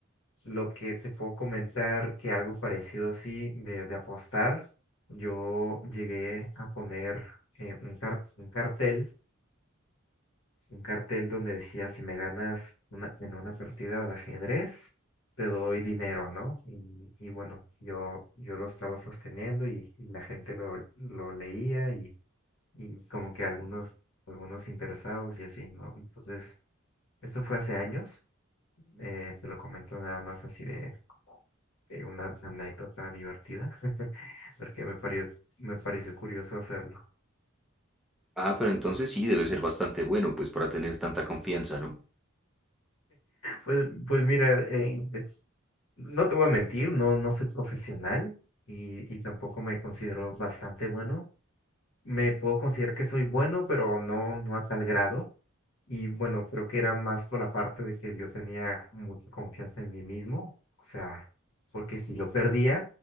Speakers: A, on the left (about 65°); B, in the centre.
A: Lo que te puedo comentar que algo parecido así de, de apostar, yo llegué a poner eh, un car- un cartel un cartel donde decía, si me ganas una, en una partida de ajedrez, te doy dinero, ¿no? Y, y bueno, yo, yo lo estaba sosteniendo y, y la gente lo, lo leía y, y como que algunos, algunos interesados y así, ¿no? Entonces, eso fue hace años, eh, te lo comento nada más así de, de una anécdota divertida, <laughs> porque me pareció, me pareció curioso hacerlo.
B: Ah, pero entonces sí, debe ser bastante bueno, pues para tener tanta confianza, ¿no?
A: Pues, pues mira, eh, No te voy a mentir, no, no soy profesional y, y tampoco me considero bastante bueno. Me puedo considerar que soy bueno, pero no, no a tal grado. Y bueno, creo que era más por la parte de que yo tenía mucha confianza en mí mismo. O sea, porque si yo perdía,